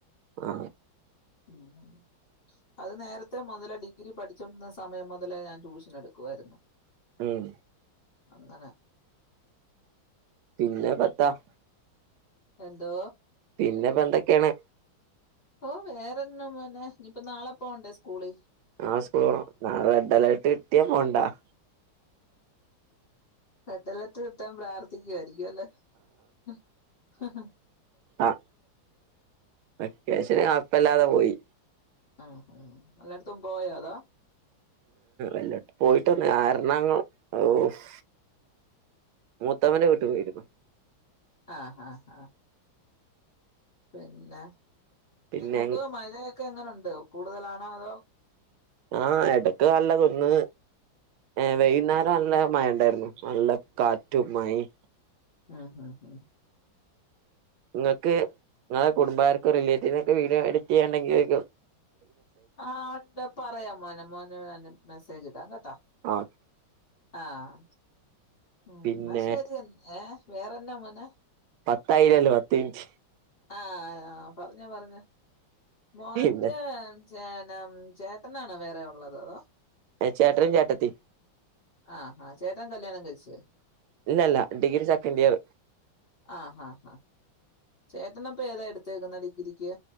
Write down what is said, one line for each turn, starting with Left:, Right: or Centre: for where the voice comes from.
Right: ആ
Left: ഉം അത് നേരത്തെ മുതൽ ഡിഗ്രി പഠിച്ചോണ്ടിരുന്ന സമയം മുതല് ഞാൻ ട്യൂഷൻ എടുക്കുവായിരുന്നു
Right: ഉം
Left: അങ്ങനെ
Right: പിന്നെ പത്ത -
Left: എന്തോ
Right: പിന്നെ പ്പാ എന്തെക്കെയാണ്
Left: ഓ വേറെ എന്നാ മോനെ ഇനിപ്പൊ നാളെ പോണ്ടേ സ്കൂളി-
Right: നാളെ സ്കൂളിൽ പോണം നാളെ റെഡ് അലേർട് കിട്ടിയാ പോണ്ടാ-
Left: റെഡ് അലർട്ട് കിട്ടാൻ പ്രാർത്ഥിക്കുവാര്ന് ക്കും അല്ലേ ഉം ഹ ഹ
Right: ആഹ് വെക്കേഷന് കൊയപ്പല്ലാതെ പോയി.
Left: ആഹ്, എല്ലാട്ത്തും പോയോ അതോ
Right: എല്ലോട്തും പോയിട്ടൊ <unintelligible> ഓഹ്, മൂത്തമ്മന്റെ വീട്ടിക് പോയിരുന്നു.
Left: ആഹ് ആഹ് ആഹ് പിന്നെ
Right: പിന്നെ
Left: നിങ്ങക്ക് മഴേ ക്കെങ്ങനെണ്ട് കൂടുതലാണോ അതോ
Right: ആഹ്, എടക്ക് നല്ല കുന്ന് ഏഹ്
Left: ഉം
Right: വൈകുന്നേരം നല്ല മഴണ്ടായിരുന്നു. നല്ല കാറ്റും മഴിം
Left: ആഹ് ആഹ് ആഹ്
Right: ഇങ്ങക്ക് ഇങ്ങളെ കുടുംബകർക്കോ, റിലേറ്റീവിനക്കെ വീഡിയോ എഡിറ്റെയ്യാനിണ്ടെകിൽ
Left: ആഹ് ണ്ടേ പറയാം മോനെ മോന് ഞാ മെസ്സേജ്ടാം കേട്ടോ
Right: ആഹ്
Left: ആഹ് മ്
Right: പിന്നെ
Left: എന്നാ ശെരി എന്ന ഏഹ് വേറെന്നാ മോനെ
Right: പത്തായില്ലല്ലോ. മിന്റ്
Left: ആഹ്, പറഞ്ഞോ പറഞ്ഞോ മോന്റെ
Right: പിന്നെ
Left: ചെനം ചേട്ടനാണോ വേറെ ഉള്ളത് അതോ
Right: ഏഹ്, ചേട്ടനും ചേട്ടത്തിം.
Left: ആഹ് ഹാ, ചേട്ടൻ കല്യാണം കഴിച്ച്.
Right: ഇല്ല ഇല്ല ഡിഗ്രി സെക്കണ്ടിയർ.
Left: ആഹ്, ഹാ ഹ ചേട്ടനപ്പൊ ഏതാ എടുത്തേക്കുന്നെ ഡിഗ്രിക്ക്